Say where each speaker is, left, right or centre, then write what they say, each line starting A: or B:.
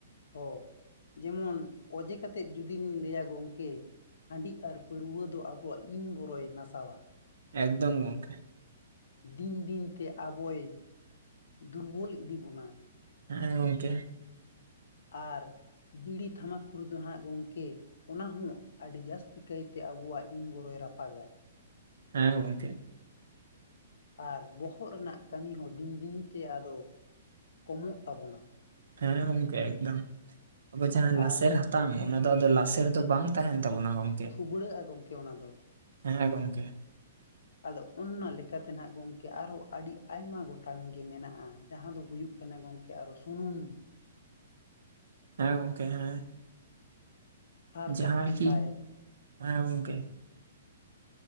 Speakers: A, on the left (about 65°); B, on the right (about 70°).
A: ᱦᱚᱸ ᱡᱮᱢᱚᱱ ᱚᱡᱮ ᱠᱟᱛᱮᱫ ᱡᱩᱫᱤ ᱞᱤᱧ ᱞᱟᱹᱭᱟ ᱜᱚᱢᱠᱮ ᱦᱟᱺᱰᱤ ᱟᱨ ᱯᱟᱹᱨᱣᱟᱹ ᱫᱚ ᱟᱵᱚᱣᱟᱜ ᱤᱱ ᱵᱚᱨᱚᱭ ᱱᱟᱥᱟᱣᱟ
B: ᱮᱠᱫᱚᱢ ᱜᱚᱢᱠᱮ
A: ᱫᱤᱱ ᱫᱤᱱᱛᱮ ᱟᱵᱚᱭ ᱫᱩᱨᱵᱚᱞ ᱤᱫᱤ ᱵᱚᱱᱟ
B: ᱦᱮᱸ ᱜᱚᱝᱠᱮ
A: ᱟᱨ ᱵᱤᱲᱤ ᱛᱷᱟᱢᱟᱠᱩᱨ ᱫᱚ ᱦᱟᱸᱜ ᱜᱚᱢᱠᱮ ᱚᱱᱟ ᱦᱚᱸ ᱟᱹᱰᱤ ᱡᱟᱹᱥᱛᱤ ᱠᱟᱭᱛᱮ ᱟᱵᱚᱣᱟᱜ ᱤᱱ ᱵᱚᱨᱚᱭ ᱨᱟᱯᱟᱜᱟ
B: ᱦᱮᱸ ᱜᱚᱢᱠᱮ
A: ᱟᱨ ᱵᱚᱦᱚᱜ ᱨᱮᱱᱟᱜ ᱠᱟᱹᱢᱤ ᱦᱚᱸ ᱫᱤᱱ ᱫᱤᱱ ᱛᱮ ᱟᱫᱚ ᱠᱚᱢᱚᱜ ᱛᱟᱵᱚᱱᱟ
B: ᱦᱮᱸ ᱜᱚᱝᱠᱮ ᱮᱠᱫᱚᱢ ᱟᱵᱚ ᱡᱟᱦᱟᱸ
A: ᱟᱨ
B: ᱞᱟᱥᱮᱨ ᱦᱟᱛᱟᱝ ᱚᱱᱟ ᱫᱚ ᱟᱫᱚ ᱞᱟᱥᱮᱨ ᱫᱚ ᱵᱟᱝ ᱛᱟᱦᱮᱸᱱ ᱛᱟᱵᱚᱱᱟ ᱜᱚᱝᱠᱮ
A: ᱯᱷᱩᱵᱲᱟᱹᱜᱼᱟ ᱜᱚᱢᱠᱮ ᱚᱱᱟ ᱫᱚ
B: ᱦᱮᱸ ᱜᱚᱝᱠᱮ
A: ᱟᱫᱚ ᱚᱱᱟ ᱞᱮᱠᱟᱛᱮ ᱱᱟᱦᱟᱸᱜ ᱜᱚᱢᱠᱮ ᱟᱨᱦᱚᱸ ᱟᱹᱰᱤ ᱟᱭᱢᱟ ᱜᱚᱴᱟᱝ ᱜᱮ ᱢᱮᱱᱟᱜᱼᱟ ᱡᱟᱦᱟᱸ ᱫᱚ ᱦᱩᱭᱩᱜ ᱠᱟᱱᱟ ᱠᱟᱱᱟ ᱜᱚᱝᱠᱮ ᱟᱨ ᱦᱚᱸ ᱥᱩᱱᱩᱢ
B: ᱦᱮᱸ ᱜᱚᱝᱠᱮ ᱦᱮᱸ
A: ᱥᱟᱨ
B: ᱡᱟᱦᱟᱸ
A: ᱪᱟᱯᱟᱱ
B: ᱠᱤ
A: ᱛᱟᱭ
B: ᱦᱮᱸ ᱜᱚᱝᱠᱮ